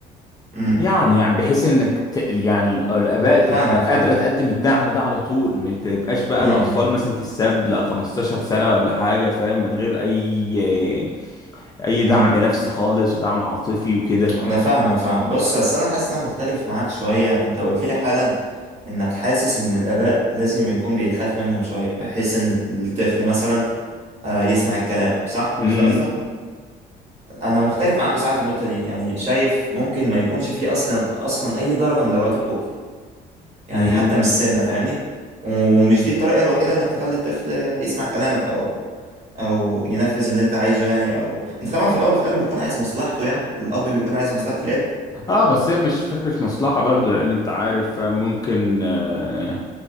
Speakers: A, on the right; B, on the left.
A: أمم.
B: يعني يعني بحيث انك ت... يعني ال- الاباء تبقى
A: فاهمك فاهم
B: قادره تقدم الدعم ده على طول ما تبقاش بقى
A: امم
B: الاطفال مثلا تتساب لا 15 سنه ولا حاجه فاهم من غير اي اي
A: أمم.
B: دعم نفسي خالص ودعم عاطفي وكده
A: انا فاهمك فاهم بص بس انا حاسس ان انا مختلف معاك شويه انت قلت لي حالا انك حاسس ان الاباء لازم يكون بيتخاف منهم شويه بحيث ان الطفل مثلا آه، يسمع الكلام صح
B: امم
A: مش ده قصدك انا مختلف معاك بصراحه في النقطه دي يعني شايف ممكن ما يكونش فيه اصلا اصلا اي درجه من درجات الخوف يعني
B: امم
A: حتى مش سنه فاهمني ومش دي الطريقه الوحيده انك تخلي الطفل يسمع كلامك او او ينفذ اللي انت عايزه يعني او انت طبعا في الاول وفي الاخر بتكون عايز مصلحته يعني الاب بيكون عايز مصلحه الاب
B: اه بس هي مش فكره مصلحه برضو لان انت عارف ممكن آه